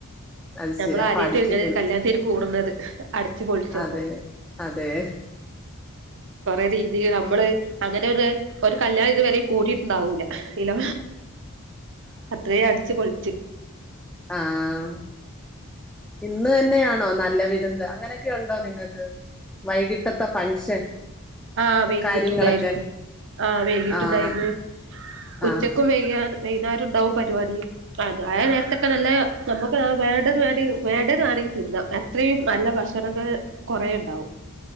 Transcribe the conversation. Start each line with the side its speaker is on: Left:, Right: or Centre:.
Centre: അത്
Right: നമ്മൾ
Centre: ശരി അപ്പൊ
Right: ആദ്യത്തെഴഞ്ഞല്
Centre: അടിച്ചു പൊളിച്ച്
Right: കല്യാണം തേര് കൂടുന്നത് ആ അടച്ച്ു പൊളിച്ചപ്പ
Centre: അതെ അതെ
Right: കൊറ രീതി നമ്മള് അങ്ങനെ ഒരു ഒരു കല്യാണം ഇതുവരെ കൂടി ഉണ്ടാവൂല ഇല അത്രയും അടച്ച്ു പൊളിിച്ചു
Centre: ആഹ ഇന്ന് തന്നെയാണോ നല്ല വിതന്ത് അങ്ങനൊക്കെ ഉണ്ടോ നിങ്ങൾക്ക് വൈകിട്ടത്തെ ഫങ്ഷൻ
Right: ആഹ വൈകിട്ടുണ്ടായിരുന്നു
Centre: കാര്യങ്ങളൊക്കെ
Right: ആഹ വേകിട്ടുണ്ടായിരുന്നു
Centre: ആഹ്
Right: ഉച്ചക്കും
Centre: ആഹ്
Right: വേകാൻ വൈനാരുണ്ടാവും പരിപാടിയും ആ അയാ നേരത്തൊക്കെ നല്ല നമ്മുക്ക് വേണ്ടത് വേണ്ട വേണ്ടത് വേണെങ്കിൽ തിന്താ എത്രയും നല്ല ഭക്ഷണങ്ങ കൊറെേ ഉണ്ടാവും